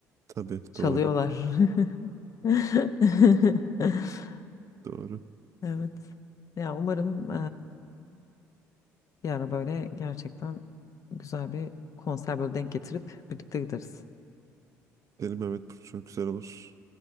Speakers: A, on the right; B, on the left.
A: Tabii
B: Çalıyorlar.
A: doğru.
B: <laughs> <laughs>
A: Doğru.
B: Evet. Ya umarım Bir ara böyle gerçekten güzel bir konser böyle denk getirip birlikte gideriz.
A: Derim evet bu çok güzel olur.